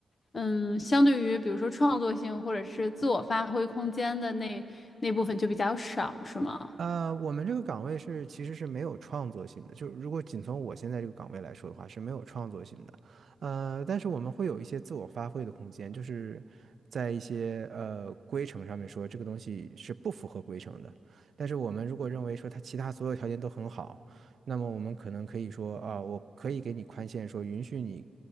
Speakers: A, on the left (about 35°); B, on the right (about 50°).
A: 嗯，相对于比如说创作性或者是自我发挥空间的那那部分就比较少，是吗？
B: 呃，我们这个岗位是其实是没有创作性的，就如果仅从我现在这个岗位来说的话是没有创作性的，呃，但是我们会有一些自我发挥的空间，就是在一些呃规程上面说这个东西是不符合规程的，但是我们如果认为说它其他所有条件都很好，那么我们可能可以说啊、我可以给你宽限，说允许你